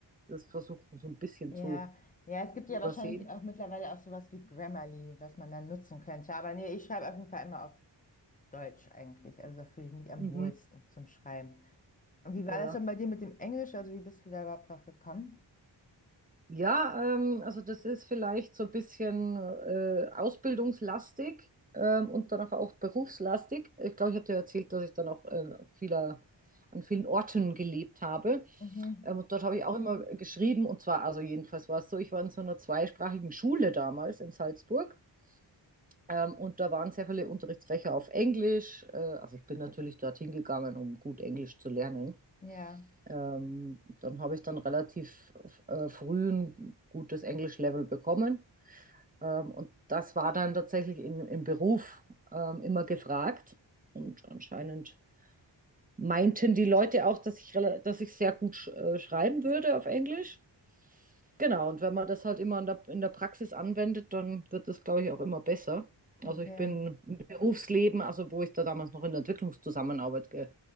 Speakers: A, on the right (about 20°); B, on the left (about 20°).
A: das versuchen so ein bisschen
B: Ja,
A: zu
B: ja, es gibt
A: übersehen.
B: ja wahrscheinlich auch mittlerweile auch sowas wie Grammarly, was man dann nutzen könnte. Aber nee, ich schreibe auf jeden Fall immer auf Deutsch eigentlich. Also da fühle ich mich am
A: Mhm,
B: wohlsten zum Schreiben. Und wie war
A: ja.
B: das denn bei dir mit dem Englisch? Also wie bist du da überhaupt drauf gekommen?
A: Ja, ähm, also das ist vielleicht so ein bisschen äh, ausbildungslastig ähm, und danach auch berufslastig. Ich glaube, ich habe dir erzählt, dass ich dann auch äh, vieler, an vielen Orten gelebt habe.
B: Mhm.
A: Ähm, und dort habe ich auch immer geschrieben, und zwar, also jedenfalls war es so, ich war in so einer zweisprachigen Schule damals in Salzburg. Ähm, und da waren sehr viele Unterrichtsfächer auf Englisch. Äh, also ich bin natürlich dorthin gegangen, um gut Englisch zu lernen.
B: Ja,
A: Ähm, dann habe ich dann relativ äh, früh ein gutes Englisch-Level bekommen. Ähm, und das war dann tatsächlich im, im Beruf ähm, immer gefragt. Und anscheinend meinten die Leute auch, dass ich, rela- dass ich sehr gut sch äh, schreiben würde auf Englisch. Genau, und wenn man das halt immer in der, in der Praxis anwendet, dann wird das, glaube ich, auch immer besser.
B: okay.
A: Also ich bin im Berufsleben, also wo ich da damals noch in der Entwicklungszusammenarbeit ge